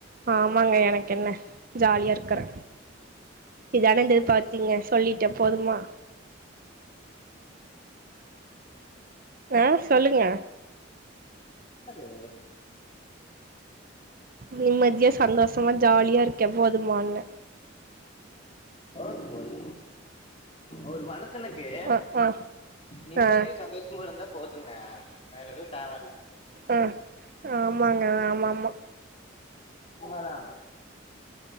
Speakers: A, on the right (about 45°); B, on the left (about 30°).
A: ஆமாங்க எனக்கு என்ன ஜாலியா இருக்கற இதானந்த எதிர் பாத்தீங்க சொல்லிட்ட போதுமா ஆஹ் சொல்லுங்க
B: என்னது
A: நிம்மதியா சந்தோஷமா ஜாலியா இருக்க போதுமான
B: போது போது ஒரு மனு சனக்கு
A: ஆ ஆ
B: நிம்மதியூ
A: ஆ
B: சந்தோஷமுமிருந்தா போதுங்க வேற எதுவு தேவல
A: ஆஹ் ஆமாங்க ஆமாமா
B: உண்மதா